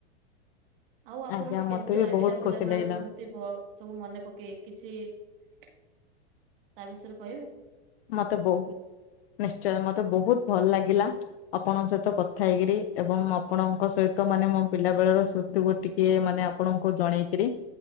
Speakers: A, on the right (about 55°); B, on the left (about 65°).
A: ଆଉ ଆପଣଙ୍କୁ
B: ଆଜ୍ଞା
A: କେମତି
B: ମତେ
A: ଲାଗିଲା
B: ବି ବହୁତ
A: ପିଲା
B: ଖୁସି
A: ବେଳର
B: ଲାଗିଲା।
A: ସ୍ମୃତି ବ ସବୁ ମନେ ପକେଇ କିଛି ତା ବିଷୟରେ କହିବେ?
B: ମତେ ବହୁ ନିଶ୍ଚୟ ମତେ ବହୁତ ଭଲ ଲାଗିଲା। ଆପଣଙ୍କ ସହିତ କଥା ହେଇକିରି ଏବଂ ଆପଣଙ୍କ ସହିତ ମାନେ ମୋ ପିଲା ବେଳର ସ୍ମୃ ତିକୁ ଟିକେ ମାନେ ଆପଣଙ୍କୁ ଜଣେଇକିରି,